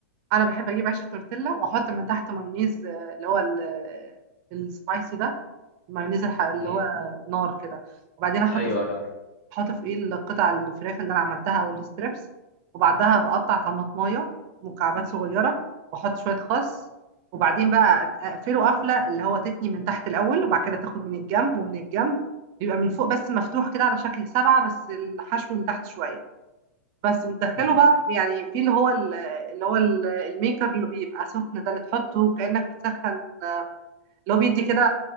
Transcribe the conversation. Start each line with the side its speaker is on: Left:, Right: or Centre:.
Right: انا بحب اجيب عيش التورتيلا واحط من تحت مايونيز آه، اللي هو ال- آه، السبايسي ده المايونيز الح- اللي
Left: مم.
Right: هو نار كده وبعدين احط
Left: أيوه
Right: في-
Left: يا عارف
Right: احط فوقيه القطع الفراخ اللي انا عملتها او الستريبس وبعدها بقطع طماطمايه مكعبات صغيره واحط شويه خس وبعدين بقى أت- اقفله قفله اللي هو تتني من تحت الاول وبعد كده تاخد من الجنب ومن الجنب بيبقى من فوق بس مفتوح كده على شكل سبعه بس الحشو من تحت شويه بس وتدخله
Left: مم.
Right: بقى يعني في اللي هو ال- اللي هو ال- الميكر اللي بيبقى سخن ده اللي تحطه كأنك بتسخن اللي هو بيدي كده